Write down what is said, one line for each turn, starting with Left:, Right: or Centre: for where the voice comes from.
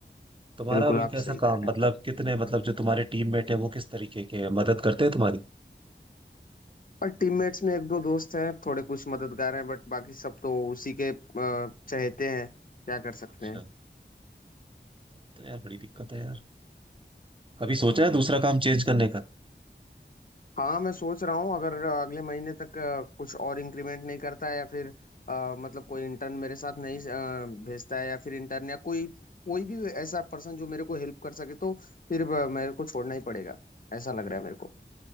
Right: तुम्हारा
Left: बिल्कुल
Right: अभी
Left: आप
Right: कैसा
Left: सही
Right: काम
Left: कह रहे हैं
Right: मतलब कितने मतलब जो तुम्हारे टीममेट है वो किस तरीके के हैं मदद करते हैं तुम्हारी
Left: और टीममेट्स में एक दो दोस्त हैं थोड़े कुछ मददगार हैं बट बाकी सब तो उसी के अ, चहेते हैं क्या कर सकते
Right: अच्छा
Left: हैं
Right: तब तो यार बड़ी दिक्कत है यार कभी सोचा है दूसरा काम चेंज करने का
Left: हाँ मैं सोच रहा हूँ अगर अ, अगले महीने तक अ, कुछ और इंक्रीमेंट नहीं करता है या फिर अ, मतलब कोई इंटर्न मेरे साथ नहीं अ, भेजता है या फिर इंटर्न या कोई कोई भी ऐसा पर्सन जो मेरे को हेल्प कर सके तो फिर अ, मेरे को छोड़ना ही पड़ेगा ऐसा लग रहा है मेरे को